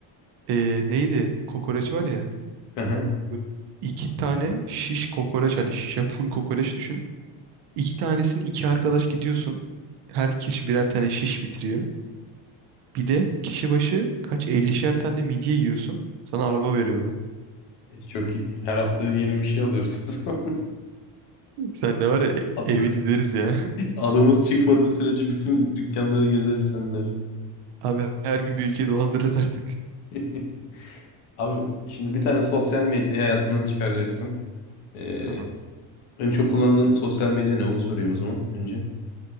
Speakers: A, on the right; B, on the left.
A: Ee, neydi? Kokoreç var ya.
B: Hı hı.
A: Böyle iki tane şiş kokoreç hani şişe full kokoreç düşün. İki tanesini iki arkadaş gidiyorsun. Her kişi birer tane şiş bitiriyor. Bir de kişi başı kaç ellişer tane de midye yiyorsun. Sana araba veriyorlar.
B: E, Çok iyi. Her hafta yeni bir şey alıyoruz. <laughs> o zaman.
A: Sen de var ya e-
B: Ad-
A: evi dizeriz ya. <laughs>
B: Adımız çıkmadığı sürece bütün dükkanları gezeriz seninle.
A: Abi her gün bir ülkeyi dolandırırız artık.
B: <laughs> Abi şimdi bir tane sosyal medya hayatından çıkaracaksın. Ee,
A: Tamam.
B: en çok kullandığın sosyal medya ne? Onu sorayım o zaman önce.